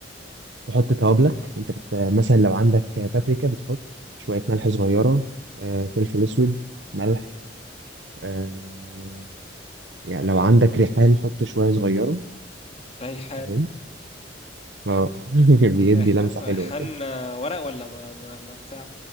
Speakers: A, on the right (about 70°); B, on the left (about 35°).
A: تحط توابلك انت بت... مثلا لو عندك بابريكا بتحط شوية ملح صغيرة آه، فلفل اسود ملح آه، يعني
B: تمام
A: لو عندك ريحان حط شوية صغيرة
B: ريحان
A: فاهم اه <laughs> بيدي
B: ريحان
A: لمسة
B: ريحان
A: حلوة كده
B: آه، ورق ولا ما ما, ما بتاع